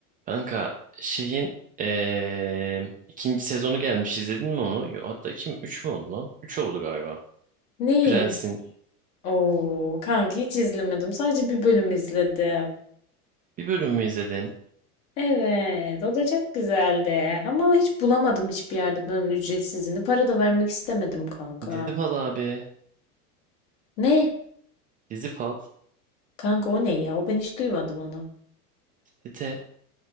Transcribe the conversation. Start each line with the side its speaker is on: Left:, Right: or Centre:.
Right: Kanka şeyin eee, ikinci sezonu gelmiş izledin mi onu? Yo, hatta iki mi? Üç mü oldu lan? Üç oldu galiba.
Left: Neyin?
Right: Prens'in
Left: Oo, kanka hiç izlemedim. Sadece bir bölüm izledim.
Right: bir bölümü izledin.
Left: Evet, o da çok güzeldi. Ama hiç bulamadım hiçbir yerde bunun ücretsizini. Para da vermek istemedim kanka.
Right: Dizipal abi.
Left: Ne?
Right: Dizipal.
Left: Kanka o ne ya? O ben hiç duymadım onu.
Right: Dite.